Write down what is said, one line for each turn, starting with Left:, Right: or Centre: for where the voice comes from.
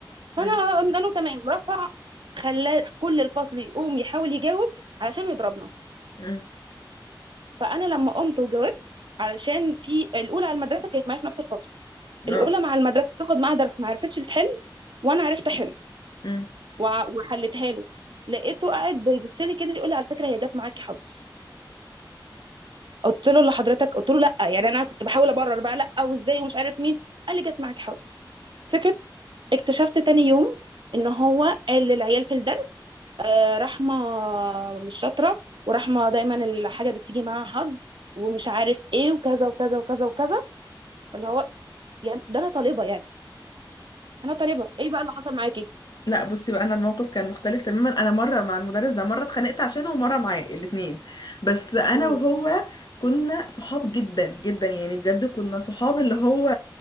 Right: فانا
Left: م.
Right: قلنا له تمام رفع خلى كل الفصل يقوم يحاول يجاوب علشان يضربنا
Left: م.
Right: فانا لما قمت وجاوبت علشان في الاولى على المدرسه كانت معايا في نفس الفصل الاولى
Left: اه
Right: مع المدرسه تاخد معاها درس ما عرفتش تحل وانا عرفت احل
Left: م.
Right: وع- وحلتها له لقيته قاعد بيبص لي كده يقول لي على فكره هي جت معاكي حظ قلت له لحضرتك قلت له لا يعني انا كنت بحاول ابرر بقى لا وازاي ومش عارف مين قال لي جت معاكي حظ سكت اكتشفت تاني يوم ان هو قال للعيال في الدرس آه، رحمه مش شاطره ورحمه دايما الحاجه بتيجي معاها حظ ومش عارف ايه وكذا وكذا وكذا وكذا اللي هو يعني ده انا طالبه يعني انا طالبه ايه بقى اللي حصل معاكي؟
Left: لا بصي بقى انا الموقف كان مختلف تماما انا مره مع المدرس ده مره اتخانقت عشانه ومره معاه الاتنين بس انا
Right: امم
Left: وهو كنا صحاب جدا جدا يعني بجد كنا صحاب اللي هو